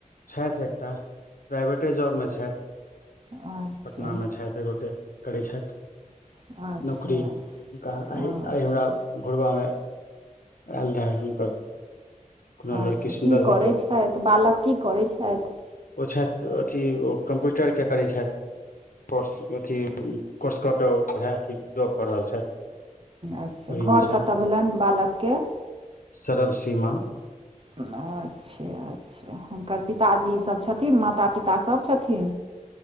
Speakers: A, on the left; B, on the right.
A: छथि एकटा प्राइवेटे जॉबमे छथ
B: अच्छा
A: पटनामे छथ ए गोटे करै छ
B: अच्छा अच्छा
A: नौकरी हुनका
B: हँ
A: आइ आइ हमर भोरबामे आयल रहै हुनक कोनो लड़की
B: अच्छा
A: सुन्दर
B: की
A: होय
B: करै
A: तऽ
B: छथि बालक की करै छथि
A: ओ छथि अथी ओ कम्प्यूटरके करैत छथि कोर्स अथ कोर्स कऽ के ओ पढ़ाई अथी ्रॉ कऽ रहल छथि
B: अच्छा
A: ओहिमे
B: घर
A: छथि
B: कतऽ भेलनि बालकक
A: सरव सीम
B: अच्छा अच्छा हुनकर पिताजी सब छथिन माता पिताभ छथि